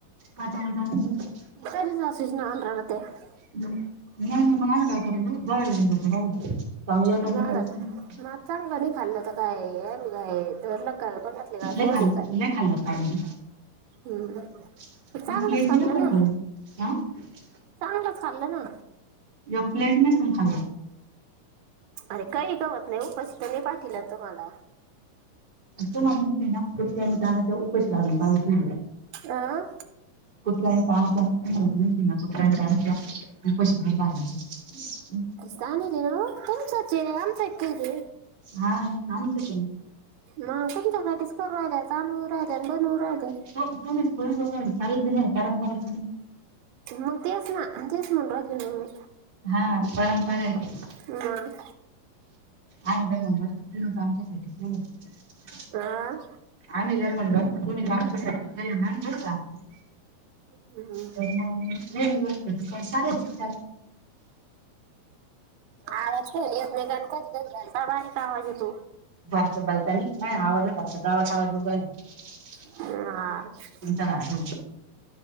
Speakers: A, on the right; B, on the right.
A: आता आम्हाला घालून दे बाब
B: <unintelligible>
A: <inaudible> चांगलं बी नको वाईट बी
B: माझा
A: नको.
B: मग चांगलं नाही खाल्लं तर, काय मग आमी काय. तोंडातले घास
A: लै
B: वडे
A: खाल्लं काय, मीन खाल्लं.
B: हम्म.
A: <unintelligible>
B: चांगलंच खाल्लं ना चांगलंच खाल्लं ना.
A: या फ्लॅटने तम खा.
B: अरे काही गवत नाही उपशीित नाही पाठलं तुम्हाला.
A: तो मग ना कुत्र्या आणि दनाचा उपशी लागून पाऊ पी.
B: आ
A: कत्रयनी पाण कत्रयनी पाण <unintelligible> उपाशी पडून राहिली तसंच.
B: जाणू दे ओ तुमचेच हे ते
A: हा आमचंच आहे
B: म कोणच्यासाठीच करू. तनु राहिले आणि बनवू राहिले.
A: शेवटी तुम्हीच. <unintelligible> परंपरा.
B: मग तेच ना तेच म्हण राहिले ना मी
A: हा परंपरा आहे ते.
B: मग.
A: आणि जर म्हण बत तु्ही तर आमच्यासाठी.
B: आह
A: आम्ही धार म्हणलो तर तुम्ही काय आमचा सारखं <inaudible>
B: हम्म.
A: पर वेळी बत तू पण साराचग.
B: आवाज खली आप कधी कधी घलता बारीक आवाज होेतो.
A: भरत बलत नाही आवाजच कररतो गावाात आवाज उवडल. <unintelligible>
B: आ
A: कुणी तर आलय.